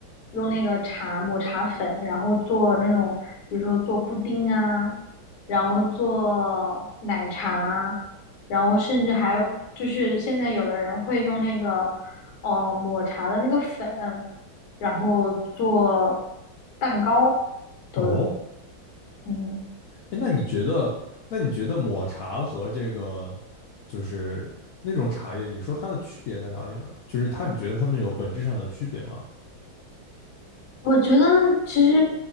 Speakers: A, on the left; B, on the left.
A: 用那个茶抹茶粉，然后做那种，比如说做布丁啊，然后做奶茶，然后甚至还有就是现在有的人会用那个，呃，抹茶的那个粉，然后做蛋糕都有，
B: 哦，
A: 嗯。
B: 哎，那你觉得，那你觉得抹茶和这个就是那种茶叶，你说它的区别在哪里呢？就是它，你觉得它们有本质上的区别吗？
A: 我觉得其实